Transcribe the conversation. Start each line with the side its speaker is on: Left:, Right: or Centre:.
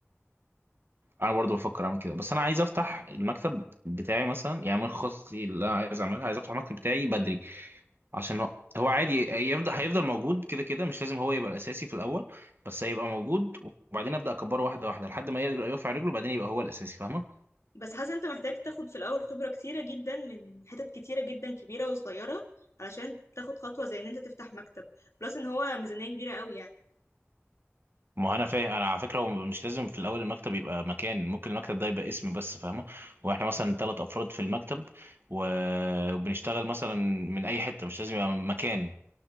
Right: انا برضو بفكر اعمل كده بس انا عايز افتح المكتب بتاعي مثلا يعني من خططي اللي انا عايز اعملها عايز افتح المكتب بتاعي بدري عشان هو هو عادي يفضل هيفضل موجود كده كده مش لازم هو يبقى الاساسي في الاول بس هيبقى موجود وبعدين ابدا اكبره واحده واحده لحد ما يبقى يقف على رجله وبعدين يبقى هو الاساسي فاهمه
Left: بس حاسه انت محتاج تاخد في الاول خبره كتيره جدا من حتت كتيره جدا كبيره وصغيره علشان تاخد خطوه زي ان انت تفتح مكتب بلس ان هو ميزانيه كبيره قوي يعني
Right: ما هو انا فاهم انا على فكره هو مش لازم في الاول المكتب يبقى مكان ممكن المكتب ده يبقى اسم بس فاهمه واحنا مثلا ثلاث افراد في المكتب و- وبنشتغل مثلا من اي حته مش لازم يبقى مكان